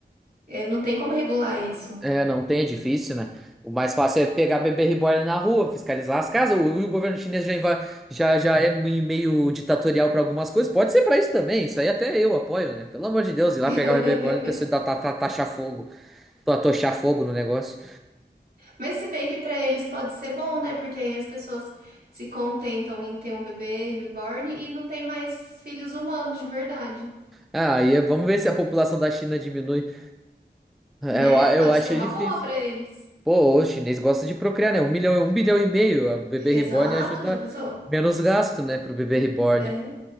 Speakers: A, on the right; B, in the centre.
A: É, não tem como regular isso.
B: É, não tem, é difícil, né? O mais fácil é pegar bebê reborn na rua, fiscalizar as casas. O, o governo chinês já, inva- já, já é mui- meio ditatorial pra algumas coisas. Pode ser pra isso também. Isso aí até eu apoio, né? Pelo amor de Deus, ir lá
A: <laughs>
B: pegar o bebê reborn e a pessoa dar, ta, ta, taxar fogo, pra tochar fogo no negócio.
A: Mas se bem que pra eles pode ser bom, né? Porque aí as pessoas se contentam em ter um bebê reborn e não tem mais filhos humanos de verdade,
B: Ah, aí é- vamos ver se a população da China diminui. É,
A: né?
B: Eu, a-
A: Pode
B: eu acho
A: ser uma
B: difícil.
A: boa pra eles.
B: Pô, o chinês gosta de procriar, né? Um milhão, um bilhão e meio. O bebê
A: Exato,
B: reborn ajuda
A: já pensou?
B: menos gasto, né, pro bebê reborn.
A: É.